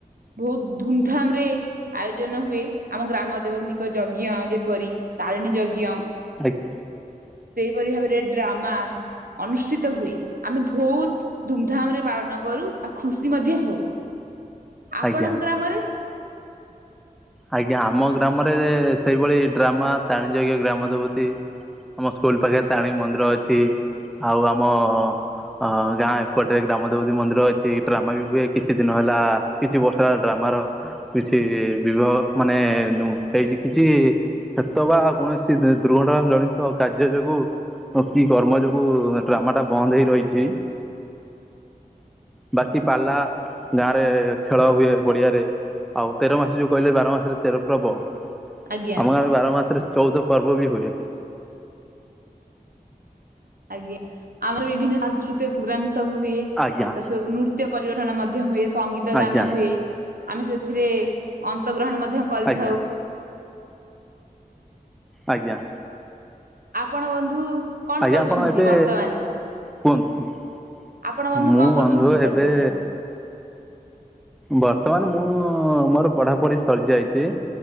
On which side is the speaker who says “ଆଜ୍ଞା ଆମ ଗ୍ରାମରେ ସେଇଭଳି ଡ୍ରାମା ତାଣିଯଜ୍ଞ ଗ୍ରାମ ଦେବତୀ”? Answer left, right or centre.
Centre